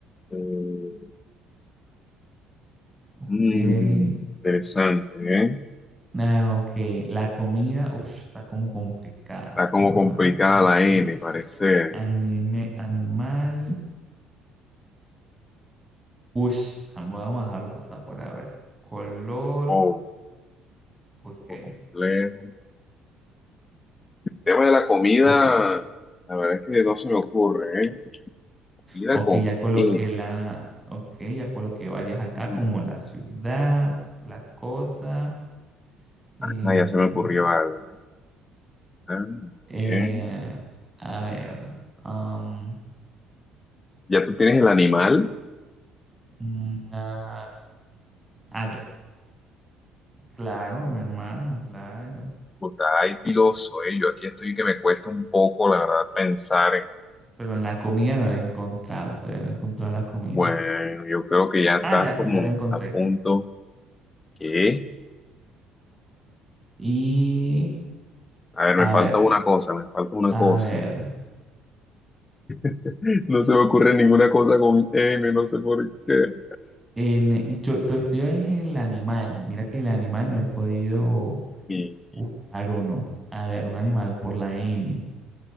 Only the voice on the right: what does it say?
ok.
Ah, ok, la comida, ush, está como complicada.
Vamos
a ver por aquí.
Anime, animal. Ush, tam- vamos a dejarlo pasar por ahora. Color.
Ok,
ok.
Ok,
ya coloqué
la. Ok, ya coloqué varias acá,
como la ciudad, la cosa. em,
eh,
a ver. am,
una- Ah, ya. Claro, mi hermano, claro.
pero en la comida no la he encontrado, todavía no he encontrado la comida.
Ah, ya,
ya la encontré.
Y
a
ver,
a
ver,
en, yo to- estoy en el animal, mira que el animal no he podido
buscar uno. A ver, un animal por la N,